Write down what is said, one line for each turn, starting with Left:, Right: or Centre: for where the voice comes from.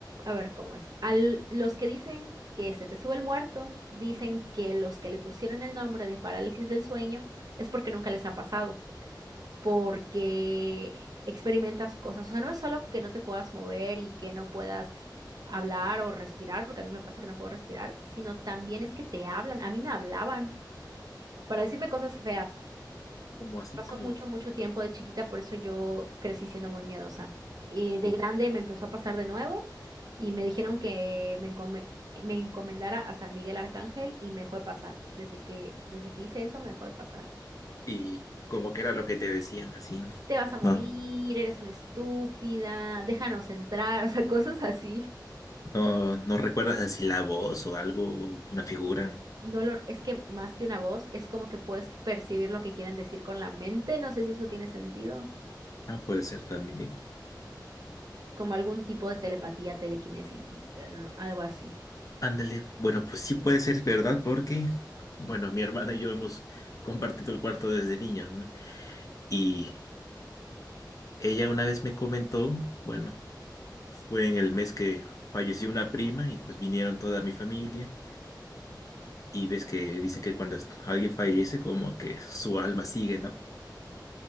Right: a ver cómo es. Al, los que dicen que se te sube el muerto, dicen que los que le pusieron el nombre de parálisis del sueño es porque nunca les ha pasado, porque experimentas cosas. O sea, no es solo que no te puedas mover y que no puedas hablar o respirar, porque a mí me pasa que no puedo respirar, sino también es que te hablan. A mí me hablaban para decirme cosas feas.
Left: Como así,
Right: Pasó
Left: como,
Right: mucho, mucho tiempo de chiquita, por eso yo crecí siendo muy miedosa. Y de
Left: como-
Right: grande me empezó a pasar de nuevo y me dijeron que me, encome- me encomendara a San Miguel Arcángel y me dejó de pasar. Desde que, desde que hice eso, me dejó de pasar.
Left: Y como que era lo que te decían, así.
Right: Te vas a morir,
Left: No,
Right: eres una estúpida, déjanos entrar, <laughs> o sea, cosas así.
Left: no, no recuerdas así la voz o algo, una figura.
Right: No lo, es que más que una voz, es como que puedes percibir lo que quieren decir con la mente. No sé si eso tiene sentido.
Left: Ah, puede ser también.
Right: Como algún tipo de telepatía, telequinesis, eh, no, algo así.
Left: Ándale, bueno, pues sí puede ser verdad porque, bueno, mi hermana y yo hemos compartido el cuarto desde niños, ¿no? Y ella una vez me comentó, bueno, fue en el mes que falleció una prima y pues vinieron toda mi familia y ves que dicen que cuando est- alguien fallece como que su alma sigue, ¿no?